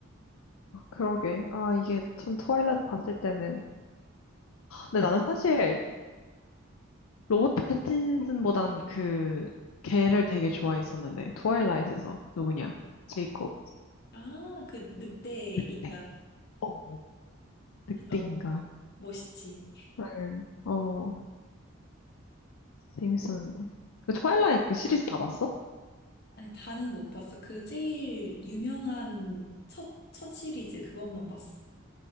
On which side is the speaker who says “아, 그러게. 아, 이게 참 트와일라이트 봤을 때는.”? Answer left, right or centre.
Left